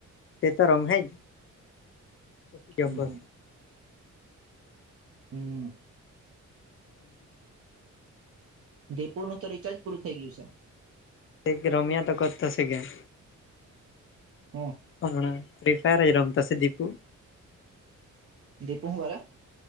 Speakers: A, on the left; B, on the right.
A: તે તો રમહેજ પસી ગેમ
B: હમ
A: રમસુ
B: હમ
A: હમ
B: જયપુરનું તો રિચાર્જ પૂર થઈ ગયું છે
A: એક રમિયા તો કરતો શે ગેમ
B: હું
A: હમણા ફ્રી ફાયર જ રમતો શે દિપુ
B: દીપું હું કરે